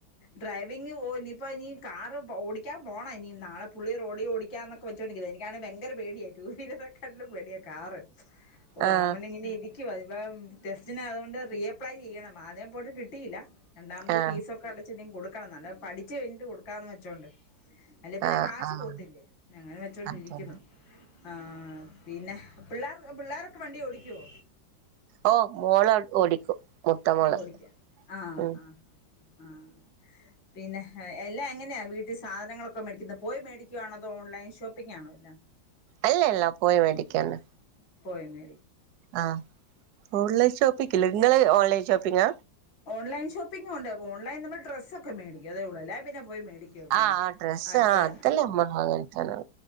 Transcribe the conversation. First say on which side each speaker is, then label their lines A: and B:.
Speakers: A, on the left; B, on the right.
A: ഡ്രൈവിംഗ് ഓ ഇനിപ്പോ ഇനി കാറ് ഓടിക്കാൻ പോണം ഇനി നാളെ പുള്ളി റോഡ് ഡി ഓടിക്കാന്നൊക്കെ വെച്ചോണ്ടിക്കാണ് എനിക്കാണെങ്കി ബ്ങ്കര പേടിയാ റ്റു വീലറെക്കാട്ടിലും പേടിയാ കാറ് ഓ
B: ആഹ്
A: അങ്ങനെ ഇങ്ങനെ ഇരി ക്കുവാ ഇപ്പം ടെസ്റ്റിന് അതുകൊണ്ട് റി അപ്ലൈ ചെയ്യണം ആദ്യം പോയിട്ട് കിട്ടില രണ്ടാമത്
B: ആഹ്
A: ഫീസൊക്കെ അടച്ച് ഇതി കൊടു ക്കണം നല്ല പഠിച്ചു കഴിഞ്ഞിട്ട് കൊടുക്കാന്ന് വെച്ചോണ്ട് അല്ല പിന്നെ
B: ആഹ്
A: കാശ്
B: ആഹ്
A: പോത്ത് ത്തില്ലേ അങ്ങനെ വെച്ചോണ്ടിരിക്കുന്നു
B: അതെ
A: ആഹ് പിന്നെ പിള്ളേർ പിള്ളേരോക്കെ വണ്ടി ഓടിക്കുവോ
B: ഓ മോള് ഓടിക്കും മൂത്ത മോള്
A: ഓടിക്ക ആഹ്
B: ഉം
A: ആഹ് ആ പിന്നെ എല്ലാം എങ്ങനെയാ വീട്ടി സാധനങ്ങളൊക്കെ മേടിക്കുന്നത് പോയി മേടിക്കുവാണോ അതോ ഓൺലൈൻ ഷോപ്പിംഗാണോ എല്ലാം
B: അല്ല അല്ല പോയി മേടിക്കാണ്
A: പോയി മേ
B: ആഹ് ഓൺലൈൻ ഷോപ്പിക്കില്ല നിങ്ങള് ഓൺലൈൻ ഷോപ്പിങ്ങ
A: ഓൺലൈൻ ഷപ്പിംഗും ഉണ്ട് ഓൺലൈൻ നമ്മൾ ഡ്രസൊക്കെ മേടിക്കും അതേ ഉള്ളേ പിന്നെ പോയി മേടിക്കും ഇവിടുന്ന്
B: ആ ആ ഡ്രസ്സ്
A: അടുത്ത്
B: ആ അതല്ലേ അമ്മങ്ങട്ടാന